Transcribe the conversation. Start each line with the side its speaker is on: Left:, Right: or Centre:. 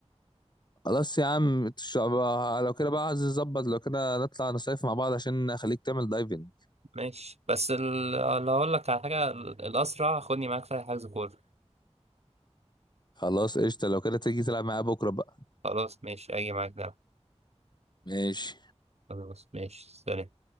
Left: خلاص يا عم تش- بقى- لو كده بقى عايز نظبط لو كده نطلع نصيف مع بعض عشان اخليك تعمل دايفنج
Right: ماشي بس ال- اللي هقول لك على حاجة الأسرع خدني معاك في حجز كورة
Left: خلاص قشطة لو كده تيجي تلعب معايا بكرة بقى
Right: خلاص ماشي أجي معاك نعم
Left: ماشي
Right: خلاص ماشي سلام